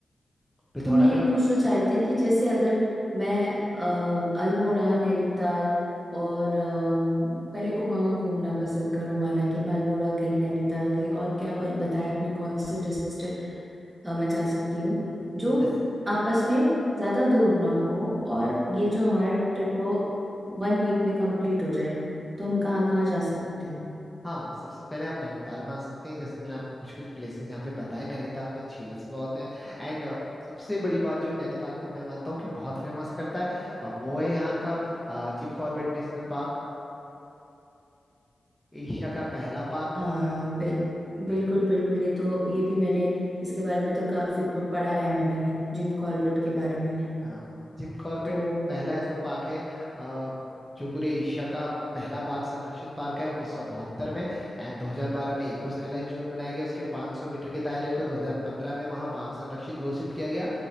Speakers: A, in the centre; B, on the right.
A: पिथौरागढ़
B: तो मैं ये पूछना चाह रही थी कि जैसे अगर मैं अ, अल्मोड़ा नैनीताल और अ, पहले कुमाऊँ घूमना पसंद करूँ माना कि मैं अल्मोड़ा गई नैनीताल गई और क्या ब- बताया आपने कौन से डिस्ट्रिक्ट अ, मैं जा सकती हूँ जो
A: जैसे
B: आपस में ज्यादा दूर ना हो और ये जो हमारा ट्रिप हो वन वीक में कंप्लीट हो जाए तो हम कहाँ कहाँ जा सकते हैं
A: हाँ सबसे पहले आप नैनीताल में आ सकते हैं जैसे मैंने आपको कुछ कुछ प्लेसेस यहाँ पे बताए नैनीताल में झील्स बहुत हैं एंड सबसे बड़ी बात जो नैनीताल को मैं मानता हूँ कि बहुत फेमस करता है अ, वो है यहाँ का Jim Corbett National Park Asia का पहला पार्क
B: हाँ बिल, बिल्कुल बिल्कुल ये तो ये भी मैंने इसके बारे में तो काफी प- पढ़ा है मैंने जिम कॉर्बेट के बारे में
A: हाँ जिम कॉर्बेट
B: तो
A: पहला ऐसा पार्क है अ, जो पूरे एशिया का पहला बाघ संरक्षित पार्क है 1972 में एंड 2012 में इको साइलेंस जोन बनाया गया उसके 500 मीटर के दायरे को 2015 में वहाँ बाघ संरक्षित घोषित किया गया